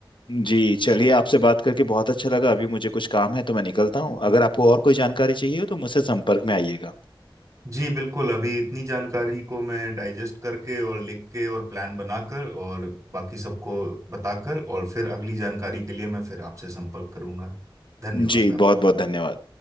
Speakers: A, on the left; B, on the right.
A: जी चलिए आपसे बात करके बहुत अच्छा लगा अभी मुझे कुछ काम है तो मैं निकलता हूँ अगर आपको और कोई जानकारी चाहिए हो तो मुझसे संपर्क में आइएगा
B: जी बिल्कुल अभी इतनी जानकारी को मैं डाइजेस्ट करके और लिख के और प्लान बनाकर और बाकी सबको बताकर और फिर अगली जानकारी के लिए मैं फिर आपसे संपर्क करूंगा धन्यवाद
A: जी
B: आपका
A: बहुत बहुत धन्यवाद